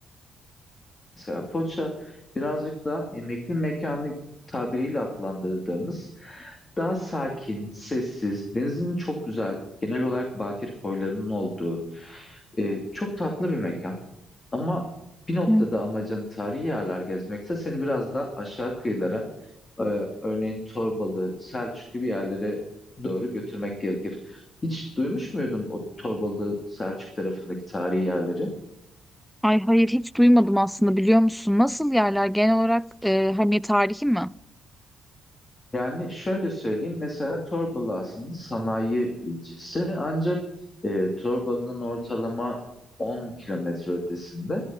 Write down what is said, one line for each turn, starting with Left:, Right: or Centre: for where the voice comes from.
Left: Mesela Foça birazcık daha emekli mekanı tabiriyle adlandırdığımız daha sakin, sessiz, denizin çok güzel, genel olarak bakir koylarının olduğu e, çok tatlı bir mekan. Ama bir noktada
Centre: Hı.
Left: amacın tarihi yerler gezmekse seni biraz da aşağı kıyılara, e, örneğin Torbalı, Selçuk gibi yerlere doğru götürmek gerekir. Hiç duymuş muydun o Torbalı, Selçuk tarafındaki tarihi yerleri?
Centre: Ay hayır hiç duymadım aslında biliyor musun? Nasıl yerler genel olarak e, hani tarihi mi?
Left: Yani şöyle söyleyeyim, mesela Torbalı aslında sanayi ilçesi ancak e, Torbalı'nın ortalama 10 kilometre ötesinde